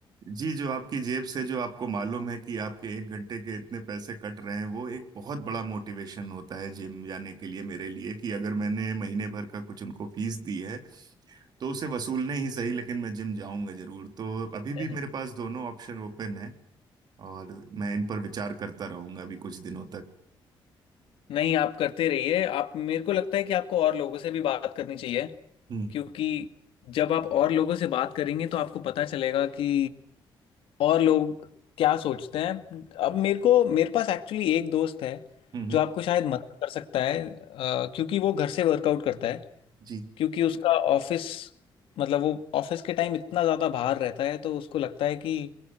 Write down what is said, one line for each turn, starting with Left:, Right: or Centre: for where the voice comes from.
Right: जी जो आपकी जेब से जो आपको मालूम है कि आपके एक घंटे के इतने पैसे कट रहे हैं वो एक बहुत बड़ा मोटिवेशन होता है जिम जाने के लिए मेरे लिए कि अगर मैंने महीने भर का कुछ उनको फीस दी है तो उसे वसूलने ही सही लेकिन मैं जिम जाऊंगा जरूर तो अभी भी
Left: हैं।
Right: मेरे पास दोनों ऑप्शन ओपन है और मैं इन पर विचार करता रहूंगा अभी कुछ दिनों तक
Left: नहीं आप करते रहिए आप मेरे को लगता है कि आपको और लोगों से भी बात करनी चाहिए
Right: हम्म
Left: क्योंकि जब आप और लोगों से बात करेंगे तो आपको पता चलेगा कि और लोग क्या सोचते हैं अब मेरे को मेरे पास एक्चुअली एक दोस्त है
Right: हम्म हम्म।
Left: जो आपको शायद मदद कर सकता है अ, क्योंकि वो घर से वर्कआउट करता है
Right: जी
Left: क्योंकि उसका ऑफिस मतलब वो ऑफिस के टाइम इतना ज़्यादा बाहर रहता है तो उसको लगता है कि